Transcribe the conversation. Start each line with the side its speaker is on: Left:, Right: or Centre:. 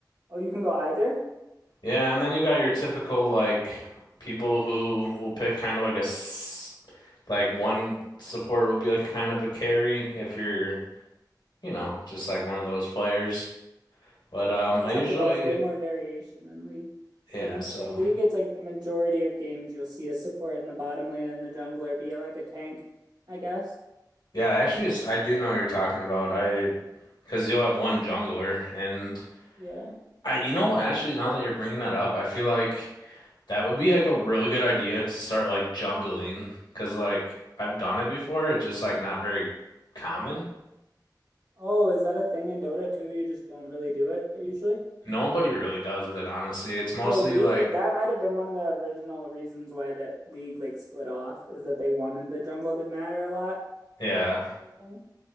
Right: Oh, you can go either?
Left: Yeah, and then you got your typical like people who will pick kind of like a s like one support will be like kind of a carry if you're you know, just like one of those players. But um,
Right: That
Left: I
Right: sounds
Left: usually,
Right: like it has way more variation than League.
Left: yeah,
Right: Honestly,
Left: so
Right: League, it's like the majority of games you'll see a support in the bottom lane and the jungler be like a tank, I guess.
Left: yeah, actually, s- I do know what you're talking about. I, because you'll have one jungler, and
Right: Yeah.
Left: I, you know, actually, now that you're bringing that up, I feel like that would be like a really good idea to start like jungling, because like I've done it before. It's just like not very common.
Right: Oh, is that a thing in Dota too? You just don't really do it usually?
Left: Nobody really does it, honestly. It's mostly
Right: So League,
Left: like,
Right: that might have been one of the original reasons why that League like split off is that they wanted the jungle to matter a lot.
Left: yeah.
Right: kind of thing.